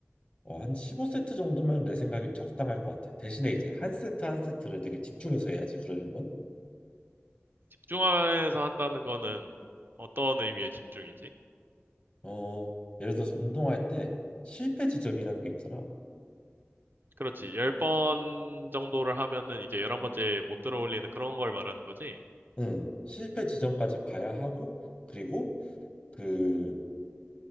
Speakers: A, on the left; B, on the right.
A: 어, 한 15세트 정도면 내 생각엔 적당할 것 같아. 대신에 이제 한 세트 한 세트를 되게 집중해서 해야지. 그러려면
B: 집중해서 한다는 거는 어떤 의미의 집중이지?
A: 어, 예를 들어서 운동할 때 실패 지점이라는 게 있잖아.
B: 그렇지. 10번 정도를 하면은 이제 11번째 못 들어올리는 그런 걸 말하는 거지.
A: 응, 실패 지점까지 가야 하고 그리고 그